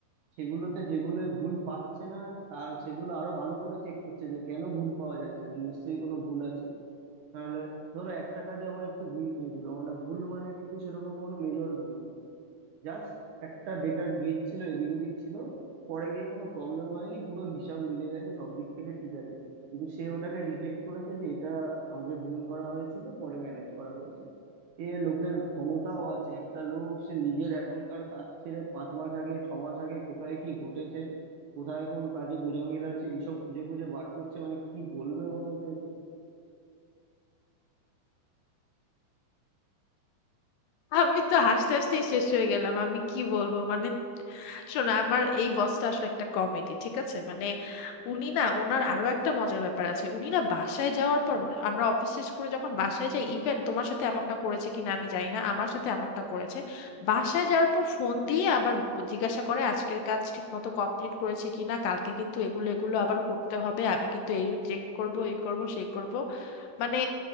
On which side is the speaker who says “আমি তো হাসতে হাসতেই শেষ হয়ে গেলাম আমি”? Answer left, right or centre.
Left